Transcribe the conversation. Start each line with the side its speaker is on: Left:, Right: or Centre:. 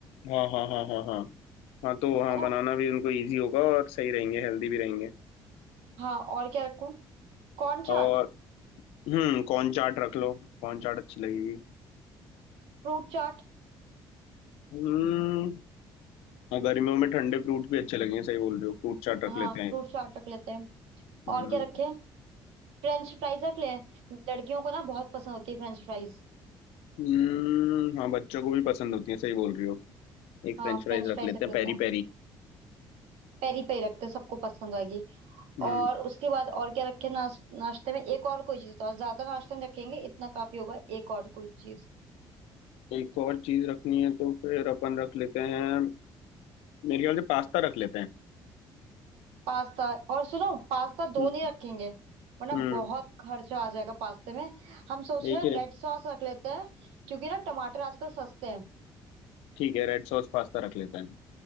Left: हाँ हाँ हाँ हाँ हाँ हाँ तो हाँ
Right: है ना
Left: बनाना भी उनको इजी होगा और सही रहेंगे हेल्दी भी रहेंगे
Right: हाँ और क्या रखूं कॉर्न चाट
Left: और हम्म कॉर्न चाट रख लो कॉर्न चाट अच्छी लगेगी
Right: फ्रूट चाट
Left: हम्म हाँ, गर्मियों में ठंडे फ्रूट भी अच्छे लगेंगे सही बोल रहे हो फ्रूट चाट रख
Right: हाँ
Left: लेते
Right: फ्रूट
Left: हैं
Right: चाट रख लेते हैं
Left: हम्म
Right: और क्या रखें फ्रेंच फ्राइज रख लें लड़कियों को ना बहुत पसंद होती है फ्रेंच फ्राइज
Left: हम्म, हाँ बच्चों को भी पसंद होती है सही बोल रही हो एक
Right: हाँ
Left: फ्रेंच फ्राइज
Right: फ्रेंच
Left: रख
Right: फ्राइज
Left: लेते
Right: रख
Left: हैं
Right: लेते
Left: पेरी
Right: हैं
Left: पेरी
Right: पेरी पेरी रखते हैं सबको पसंद आएगी
Left: हम्म
Right: और उसके बाद और क्या रखें नाश, नाश्ते में एक और कोई चीज तो ज्यादा नाश्ता नहीं रखेंगे इतना काफी होगा एक और कोई चीज
Left: एक और चीज रखनी है तो फिर अपन रख लेते हैं मेरे ख्याल से पास्ता रख लेते हैं
Right: पास्ता और सुनो पास्ता दो
Left: हम्म
Right: नहीं रखेंगे वरना
Left: हम्म
Right: बहुत खर्चा आ जाएगा पास्ते में हम सोच
Left: एक
Right: रहे हैं
Left: ही रहे-
Right: रेड सॉस रख लेते हैं क्योंकि ना टमाटर आजकल सस्ते हैं
Left: ठीक है रेड सॉस पास्ता रख लेते हैं